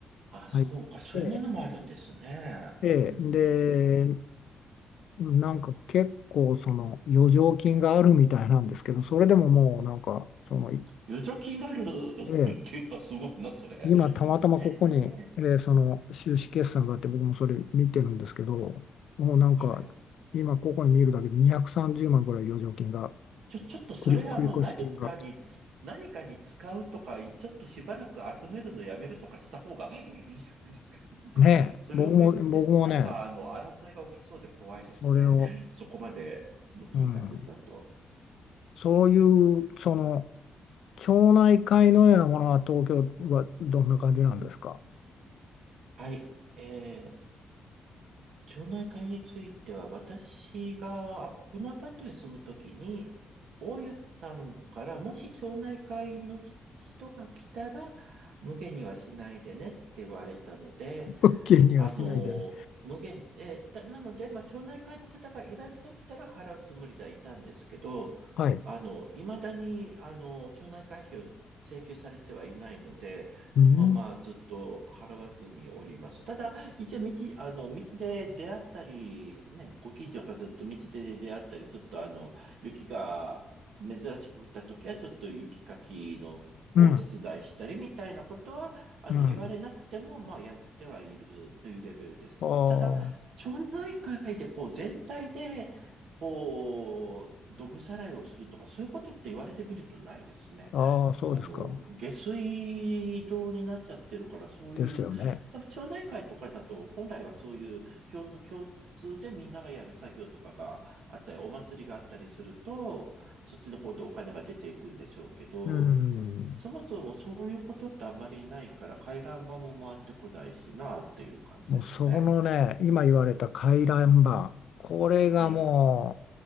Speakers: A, on the right (about 80°); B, on the left (about 70°).
A: あ、そうか。
B: 入って、
A: そういうものもあるんですね。
B: で、
A: うんうんうんうん。
B: で、なんか結構その余剰金があるみたいなんですけど、それでももうなんか、その、
A: 余剰金がある <laughs> っていうのはすごいな、
B: ええ
A: それ。
B: 今、たまたまここに、
A: ええ。
B: えーその収支決算があって、僕もそれ見てるんですけど、もうなんか、
A: はい。
B: 今ここに見るだけで230万ぐらい余剰金が、
A: ちょ、ちょっとそれあの何かにつ、
B: 繰り、繰越金が。
A: 何かに使うとか、ちょっとしばらく集めるのやめるとかした方が <laughs> いいんじゃないですか。なんか、
B: ねえ、
A: それをめぐって、
B: 僕も、僕もね、
A: なんかあの、争いが起きそうで怖いですね。
B: それを、
A: そこまでの金額だと。
B: うん、そういう、その、町内会のようなものは東京はどんな感じなんですか
A: はい。えー町内会については、私があこのアパートに住むときに、大家さんから、もし町内会のひ人が来たら、無限にはしないでねって言われたので、
B: <laughs> 気にはしないでね。
A: あの、無限に、えだ、なので、まあ、町内会の方がいらっしゃったら払うつもりではいたんですけど、
B: はい。
A: あの、未だに、あの、町内会費を請求されてはいないので、
B: うん、
A: そのままずっと払わずにおります。ただ、一応道、あの、道で出会ったり、ね、ご近所の方と道で出会ったり、ちょっとあの、雪が珍しく降った時は、ちょっと雪かきのお手伝いしたりみたいなことは、
B: うん、
A: あの、
B: うん。
A: 言われなくても、まあ、やってはいるというレベルです。
B: あ
A: ただ、町内会でこう、全体で、こう、どぶさらいをするとか、そういうことって言われてみるとないですね。
B: あ、ああ、そうですか。
A: あの、下水道になっちゃってるから、そういう、
B: ですよね。
A: 多分町内会とかだと、本来はそういう共通、共通でみんながやる作業とかがあったり、お祭りがあったりすると、そっちの方でお金が出ていくんでしょうけど、
B: うん。
A: そもそもそういうことってあんまりないから、回覧板も回ってこないしなっていう感じですね。
B: もうそのね、今言われた回覧板、これがも
A: はい。